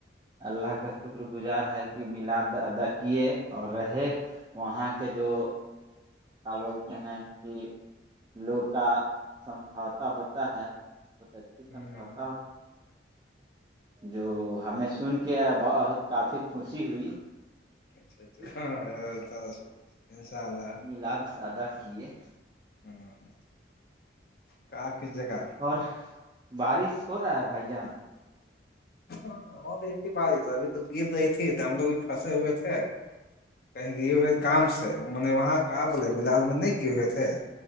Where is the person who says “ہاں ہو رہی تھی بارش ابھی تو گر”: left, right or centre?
Left